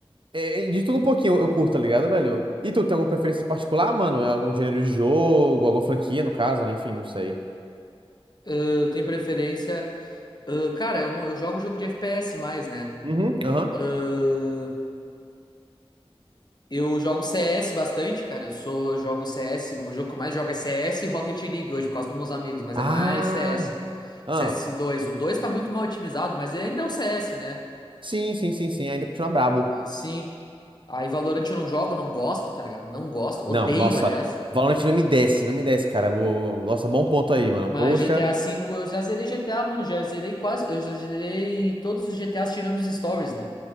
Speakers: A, on the right (about 55°); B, on the left (about 45°).
A: É, é, de tudo um pouquinho eu curto, tá ligado, velho? E tu tem alguma preferência em particular, mano? É algum gênero de jogo, alguma franquia, no caso, né? Enfim, não sei.
B: eu tenho preferência. ah, cara, eu, não, eu jogo jogo de FPS mais, né?
A: Uhum, aham.
B: Ah, eu jogo CS bastante, cara. Eu sou, eu jogo CS. O jogo que eu mais jogo é CS e Rocket League hoje, por causa dos meus amigos, mas
A: Ah,
B: é mais CS.
A: ah.
B: cs dois. O 2 tá muito mal otimizado, mas ainda é o CS, né?
A: Sim, sim, sim, sim. Ainda continua brabo.
B: Sim. Aí Valorant eu não jogo, não gosto, tá ligado? Não gosto, odeio,
A: Não, nossa.
B: aliás.
A: Valorant não me desce, não me desce, cara. Vou- Nossa, bom ponto aí, mano.
B: Mas
A: Poxa.
B: GTA V eu já zerei GTA, mano, já zerei quase, eu já zerei todos os GTAs tirando os stories, né?